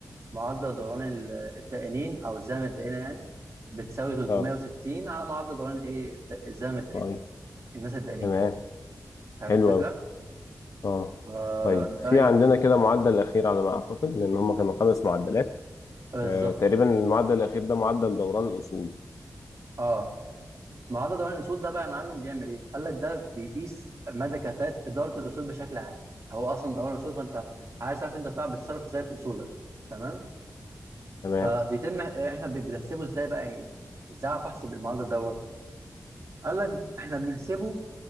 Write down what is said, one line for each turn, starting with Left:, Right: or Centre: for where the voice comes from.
Right: معدل دوران ال- الدقيقين او زام الدقيقه يعني بتساوي 360
Left: اه
Right: على معدل دوران ايه الد- زام الدقيقه
Left: طيب
Right: الناس الدقيقين
Left: تمام
Right: يعني فاهم
Left: حلو
Right: الفكره
Left: قوي اه
Right: آه
Left: طيب
Right: ده
Left: في
Right: ايه
Left: عندنا كده معدل اخير على ما اعتقد لان هم كانوا خمس معدلات
Right: بالظبط
Left: آه تقريبا
Right: بالظبط
Left: المعدل الاخير ده معدل دوران الاصول
Right: اه معدل دوران الاصول ده بقى يا معلم بيعمل ايه قال لك ده بيقيس مدى كفاءه اداره الاصول بشكل عام هو اصلا دوران الاصول فانت عايز تعرف انت بتاع بتتصرف ازاي في اصولك تمام
Left: تمام
Right: فبيتم احنا ب- بنحسبه ازاي بقى يعني ازاي اعرف احسب المعدل دوت قال لك احنا بنحسبه